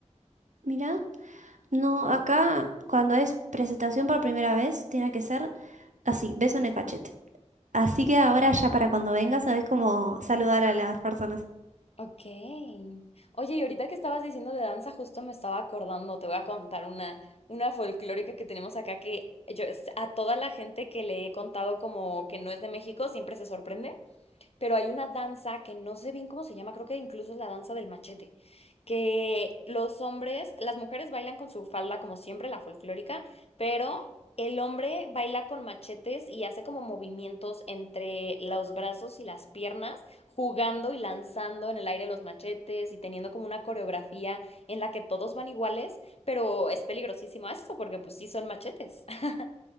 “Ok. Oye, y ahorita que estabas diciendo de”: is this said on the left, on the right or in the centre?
Left